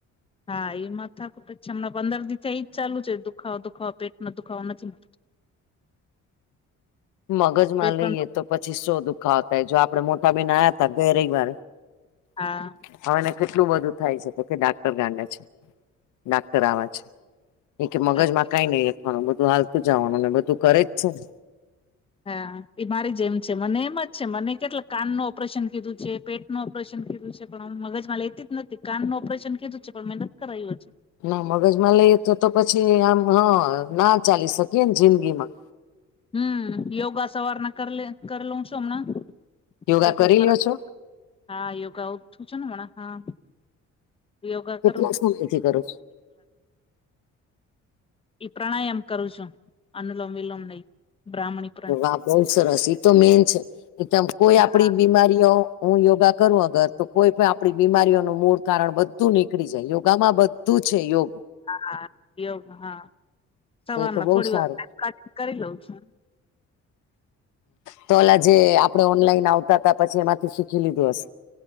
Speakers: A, on the left; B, on the left.
A: હા એમાં થક પછી હમણાં પંદર દિવસથી એજ ચાલુ છે દુખો દુખાવો પેટ ન દુખાવો નથી. <unintelligible>
B: મગજમાં
A: બે ત્રણ
B: લઈએ તો પછી શો દુખાવતાાય જો આપડે મોટાબેન આવ્યા હતા ગે રવિવાર.
A: હા.
B: હવે કેટલું બધું થાય છે તો કે ડાક્ટર ગાંડા છે ડાક્ટર આવવા. એ કે
A: હા
B: મગજ માં કઈ નહી લખવાનું બધું હાલતું જવાનું ને બધું કરે જ છે ને.
A: હા એ મારી જે એમ છે મને એમ જ છે મને કેટલા કાન ન ઓપરેશન કીધું છે. પેટ નું ઓપરેશન કરું છે પણ મગજમાં લેતી જ નથી કાન ન ઓપરેશન કરું છે પણ મેં નથી કરાયું હજુ.
B: ના મગજમાં લઈએ તો તો પછી આમ હા ના ચાલી શકીએ ને જિંદગી માં.
A: હમ યોગા સવાર ના કર કરી લઉ છું અમણા.
B: યોગા
A: કેટલો
B: કરી
A: ફરક
B: લ્યો છો
A: હા યોગા ઉ થું છે ને મ હા. યોગા
B: કેટલા
A: કરો.
B: સમયથી કરો
A: ઈ પ્રાણાયામ કરું છું અનુલોમ વિલોમ નઈ. પામાણિક.
B: વા બહુ સરસ એ તો મેન છે. એ ત કોઈ
A: હા
B: આપડી બીમારીઓ હું યોગા કરું અગર તો કોઈ પણ આપડી બીમારીઓનું મૂળ કારણ બધું નીકળી જાય. યોગામાં તું છે યોગ?
A: હા યોગ હા સવારમાં
B: તો એ તો બહુ
A: થોડી
B: સારું
A: વાર ટ ક કરી લઉં છું.
B: તો અલા જે આપડે ઓનલાઈન આવતા હતા પછી એમાંથી શીખી લીધું હશે.